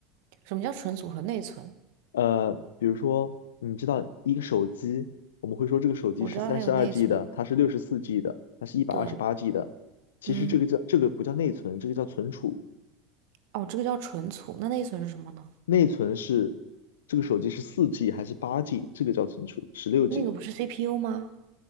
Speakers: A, on the right; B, on the left.
A: 什么叫存储和内存？
B: 呃，比如说，你知道一个手机，我们会说这个手机是三十二
A: 我知道它有内存，
B: G 的，它是六十四 G 的，它是一百二十八
A: 对，
B: G 的。其实这个叫这个不叫内存，
A: 嗯，
B: 这个叫存储。
A: 哦，这个叫存储，那内存是什么呢？
B: 内存是这个手机是四 G 还是八 G，这个叫存储，十六 G。
A: 那个不是 CPU 吗